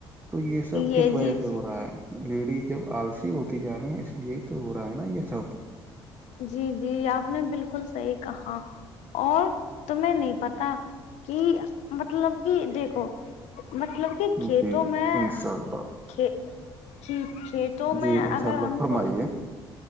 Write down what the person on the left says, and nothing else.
یہ
جی
جی جی آپ نے بالکل صحیح کہا اور تمہیں نہیں پتا کہ مطلب کہ دیکھو مطلب کہ
کھیتوں میں
ک ک کھیتوں میں
اگر
ہم
کو